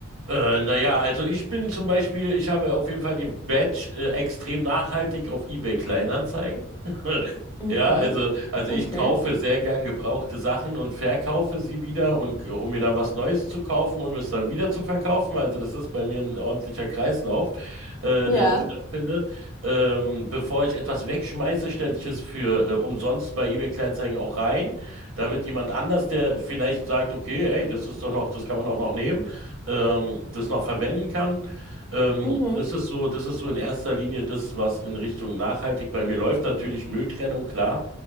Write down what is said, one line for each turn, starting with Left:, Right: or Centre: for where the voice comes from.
Right: Äh, naja, also ich bin zum Beispiel, ich habe auf jeden Fall den Badge äh, extrem nachhaltig auf eBay Kleinanzeigen. <laughs>
Left: Mhm.
Right: Ja, also, also
Left: Okay.
Right: ich kaufe sehr gern gebrauchte Sachen und verkaufe sie wieder und um mir dann was Neues zu kaufen und es dann wieder zu verkaufen. Also das ist bei mir ein ordentlicher Kreislauf, äh,
Left: Ja.
Right: der so stattfindet. Ähm, bevor ich etwas wegschmeiße, stelle ich es für äh, umsonst bei eBay Kleinanzeigen auch rein, damit jemand anders, der vielleicht sagt, okay, hey, das ist doch noch, das kann man doch noch nehmen ähm, das noch verwenden kann. Ähm,
Left: Mhm.
Right: das ist so, das ist so in erster Linie das, was in Richtung nachhaltig bei mir läuft. Natürlich Mülltrennung, klar.